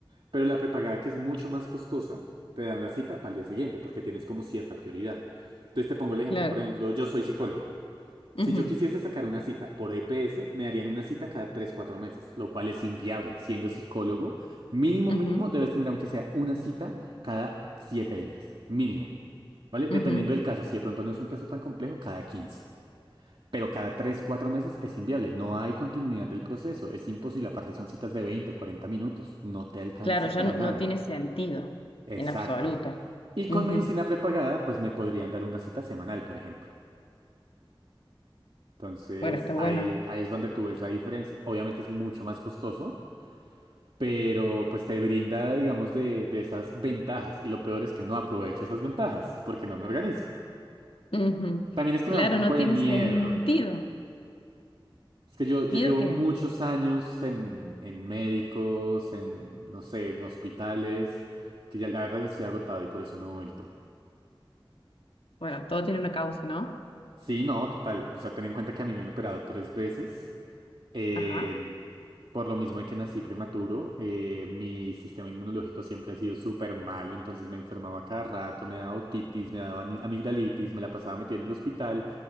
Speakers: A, on the right (about 70°); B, on the left (about 85°).
A: Pero la prepagada, que es mucho más costosa, te dan la cita para el día siguiente porque tienes como cierta prioridad. Entonces te pongo el ejemplo.
B: Claro.
A: Por ejemplo, yo soy psicólogo. Si
B: Ujú.
A: yo quisiese sacar una cita por EPS, me darían una cita cada tres cuatro meses, lo cual es inviable. Siendo psicólogo, mínimo,
B: Ujú,
A: mínimo, debes tener aunque sea una cita cada 7 días. Mínimo. ¿Vale? Dependiendo
B: ujú.
A: del caso. Si de pronto no es un caso tan complejo, cada 15, Pero cada tres cuatro meses es inviable. No hay continuidad del proceso. Es imposible. Aparte son citas de 20 40 minutos. No te alcanza
B: Claro, ya
A: para
B: no,
A: nada.
B: no tiene sentido
A: Exacto.
B: en absoluto.
A: Y con
B: Ujú.
A: medicina prepagada, pues me podrían dar una cita semanal, por ejemplo. Entonces,
B: Bueno, está
A: ahí,
B: bueno.
A: ahí es donde tú ves la diferencia. Obviamente es mucho más costoso, pero pues te brinda, digamos, de, de esas ventajas. Y lo peor es que no aprovecho esas ventajas porque no me organizo.
B: Ujú.
A: También es que
B: Claro,
A: me da un poco
B: no
A: de
B: tiene
A: miedo.
B: sentido.
A: Es que yo, yo
B: ¿Miedo
A: llevo
B: qué?
A: muchos años en, en médicos, en, no sé, en hospitales, que ya la verdad ya estoy agotado y por eso no he vuelto.
B: Bueno, todo tiene una causa, ¿no?
A: Sí, no, total. O sea, ten en cuenta que a mí me han operado tres veces. Eh,
B: Ajá.
A: por lo mismo de que nací prematuro, eh, mi sistema inmunológico siempre ha sido súper malo, entonces me enfermaba cada rato, me daba otitis, me daba ani- amigdalitis, me la pasaba metida en el hospital